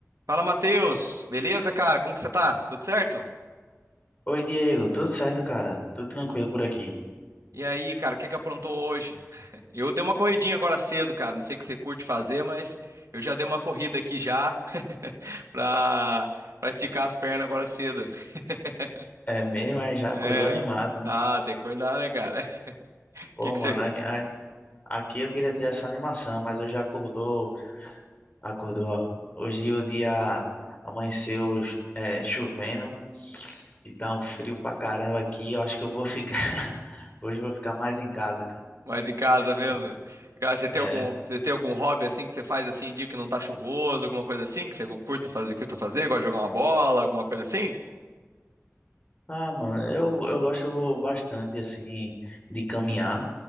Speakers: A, on the right; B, on the left.
A: Fala, Matheus. Beleza, cara? Como que você tá? Tudo certo?
B: Oi, Diego, tudo certo, cara? Tudo tranquilo por aqui.
A: E aí, cara, o que que aprontou hoje? <laughs> Eu dei uma corridinha agora cedo, cara. Não sei o que você curte fazer, mas eu já dei uma corrida aqui já <laughs> pra, pra esticar as pernas agora cedo. <laughs>
B: É mesmo, é, já acordou
A: É.
B: animado, né?
A: Ah, tem que cuidar, né, cara? <laughs> O
B: Pô,
A: que que
B: mano,
A: você...
B: aqui, a- aqui eu queria ter essa animação, mas eu já acordou, acordou, ó. Hoje o dia amanheceu, é, chovendo e tá um frio pra caramba aqui. Eu acho que eu vou ficar, <laughs> hoje eu vou ficar mais em casa, cara.
A: Mais em casa mesmo?
B: tá?
A: Cara, você tem
B: É.
A: algum, você tem algum hobby assim que você faz assim em dia que não tá chuvoso, alguma coisa assim que você curta fazer, curta fazer, gosta de jogar uma bola, alguma coisa assim?
B: Ah, mano, eu, eu gosto bastante, assim, de caminhar.